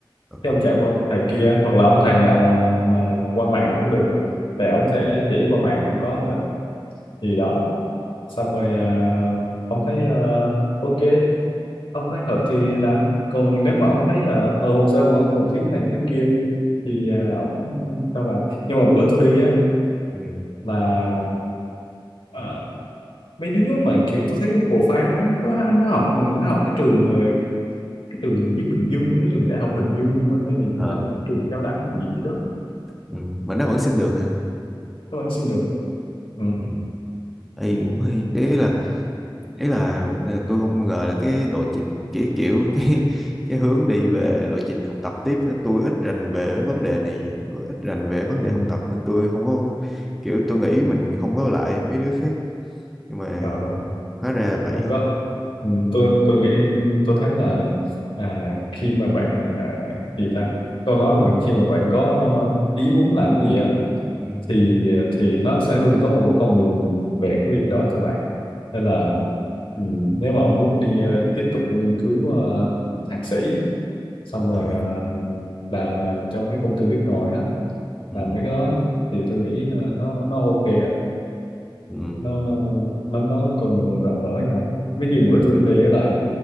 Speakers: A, in the centre; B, on the left.
A: Ờ,
B: thế ông chạy qua ông thầy kia hoặc là ông thầy nào mà mà qua mạng cũng được thì ông sẽ chỉ qua mạng cũng có nữa gì đó xong rồi ờ, ông thấy ờ, ok ông thấy hợp thì làm còn nếu mà ông thấy là ờ, hồ sơ của ông còn thiếu này thiếu kia thì ờ, ông cho vào nhưng mà bữa tôi đi á
A: ừ.
B: là ờ, mấy đứa mà kiểu tôi thấy profile nó nó nó học nó học cái trường ờ, cái trường gì với Bình Dương cái trường đại học Bình Dương hả? hay là cái
A: Ờ,
B: gì đó, trường cao đẳng gì đó
A: Ừ. Mà nó vẫn sinh được hả?
B: các bạn xin được ừ.
A: Ừ. Ê,
B: Ừ.
A: cũng hay đấy là đấy là là tôi không ngờ là cái lộ trình kiểu kiểu <laughs> cái cái hướng đi về lộ trình học tập tiếp á, tôi ít rành về vấn đề này ít rành về vấn
B: Ừ.
A: đề học tập nên tôi không có kiểu tôi nghĩ mình không có lại mấy đứa khác nhưng mà
B: Trời,
A: hóa ra là vậy
B: không có ừ. tôi tôi nghĩ tôi thấy là à, khi mà bạn à, gì ta câu nói mà khi mà bạn có ý muốn làm cái gì á
A: ừ.
B: thì thì nó sẽ luôn có một cái con đường về cái việc đó cho bạn nên là ừ, nếu mà ông muốn đi ờ, tiếp tục nghiên cứu ờ, thạc sĩ xong rồi
A: Ờ.
B: ờ, làm ờ, trong mấy công ty nước ngoài á
A: Ừ.
B: làm mấy cái đó thì tôi nghĩ ờ, nó nó ok á
A: ừ,
B: nó nó có con đường rộng mở nhau ví như bữa
A: ừ,
B: tôi đi á là